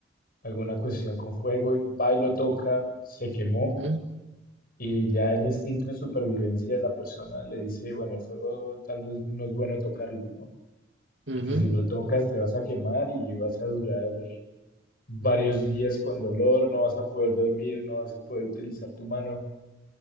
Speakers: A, on the left; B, on the right.
A: alguna cuestión con fuego, y va y lo toca, se quemó
B: Uh -huh.
A: y ya el instinto de supervivencia de la persona le dice, bueno, el fuego tal vez no es bueno tocarlo, ¿no?
B: Uh
A: Porque
B: -huh.
A: si lo tocas te vas a quemar y vas a durar varios días con dolor, no vas a poder dormir, no vas a poder utilizar tu mano.